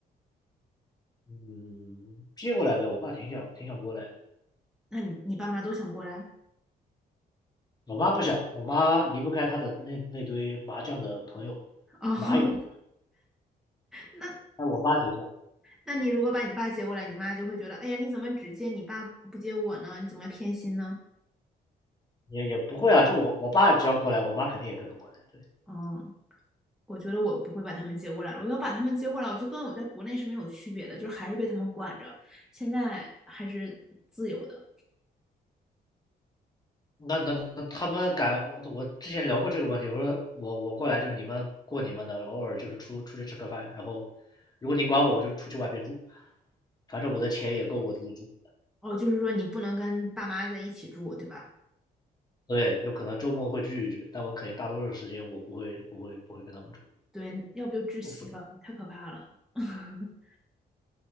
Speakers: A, on the left; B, in the centre.
A: 嗯，接过来呗，我爸挺想挺想过来的，
B: 那你你爸妈都想过来？
A: 我妈不想，我妈离不开她的那那堆麻将的朋友
B: 哦，
A: 麻友，
B: <laughs> 那
A: 但我妈挺想，
B: 那你如果把你爸接过来，你妈就会觉得，哎呀，你怎么只接你爸不接我呢？你怎么偏心呢？
A: 也也不会啊，就我我爸只要过来，我妈肯定也跟着过来对。
B: 哦，我觉得我不会把他们接过来了。我要把他们接过来，我就跟我在国内是没有区别的，就是还是被他们管着。现在还是自由的。
A: 那那那他们敢我我之前聊过这个问题，我说我我过来就是你们过你们的，偶尔就是出出去吃个饭，然后如果你管我，我就出去外边住，反正我的钱也够我自己住。
B: 哦，就是说你不能跟爸妈在一起住，对吧？
A: 对，有可能周末会聚一聚，但我肯定大多数时间我不会不会不会跟他们住，
B: 对，要不就窒息了，
A: 我不对，
B: 太可怕了。<laughs>